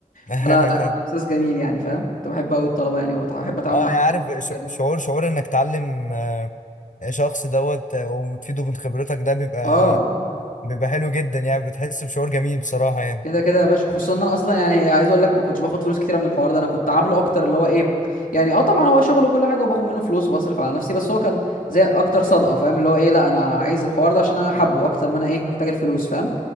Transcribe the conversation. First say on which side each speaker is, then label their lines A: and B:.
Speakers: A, on the left; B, on the left.
A: <laughs>
B: فلا لا كان احساس جميل يعني فاهم كنت بحب قوي الطلبه يعني وبحب اتعامل
A: اه
B: معاهم
A: انا عارف ش-
B: وأساعدهم.
A: شعور شعور انك تعلم آه، شخص دوت آه، وتفيده من خبرتك ده بيبقى
B: اه
A: بيبقى حلو جدا يعني بتحس بشعور جميل بصراحة يعني
B: كده كده يا باشا خصوصا ان انا اصلا يعني عايز اقول لك ما كنتش باخد فلوس كتير من الحوار ده انا كنت عامله اكتر اللي هو ايه يعني اه طبعا هو شغل وكل حاجه وباخد منه فلوس وبصرف على نفسي بس هو كان زي اكتر صدقه فاهم اللي هو ايه لا انا عايز الحوار ده عشان انا حابه اكتر ما انا ايه محتاج الفلوس فاهم